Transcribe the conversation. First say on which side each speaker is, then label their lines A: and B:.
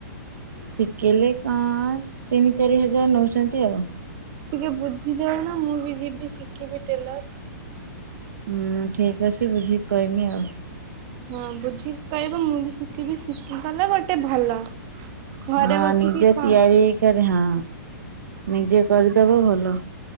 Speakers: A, on the right (about 65°); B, on the right (about 35°).
A: ଶିଖେଇଲେ କଣ ତିନି ଚାରି ହଜାର ନେଉଛନ୍ତି ଆଉ।
B: ଟିକେ ବୁଝିଦଉ ନ ମୁଁ ବି ଯିବି ଶିଖିବି ଟେଲର।
A: ହୁଁ ଠିକ ଅଛି। ଟି ବୁଝି କହିମି ଆଉ।
B: ହଁ ବୁଝିକି କହିବ ମୁଁ ବି ଶିକିବି ଶିକି ଗଲେ ଗୋଟେ ଭଲ। ଘରେ
A: ହଁ
B: ବସିକି
A: ନିଜ
B: କଣ
A: ତିଆରିକରି ହଁ ନିଜେ କରିଦବ ଭ ଲ।